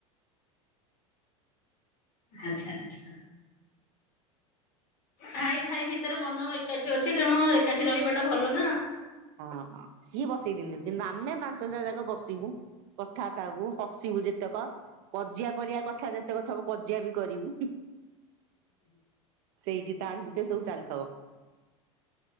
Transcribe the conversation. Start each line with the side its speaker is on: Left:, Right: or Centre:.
Left: ଆଛା ଆଚ୍ଛା। ଭାଇ ଭାଇ ଭିତରେ ମନ ଏକାଠି ଅଛି, ତେଣୁ ଏକାଠି ରହିବାଟା ଭଲ ନା ଆଉ।
Right: ହଁ- ହଁ ସିଏ ବସେଇ ଦିଅନ୍ତିନି, କିନ୍ତୁ ଆମେ ପାଞ୍ଚ ଜା ଯାକ ବସିବୁ। କଥାବାର୍ତ୍ତା ହବୁ। ହସିବୁ ଯେତେକ, କଜିଆ କରିବା କଥା ଯେତେକ ଥବ କଜିଆ ବି କରିବୁ। ସେଇଠି ତାରି ଭିତରେ ସବୁ ଚାଲିଥିବ।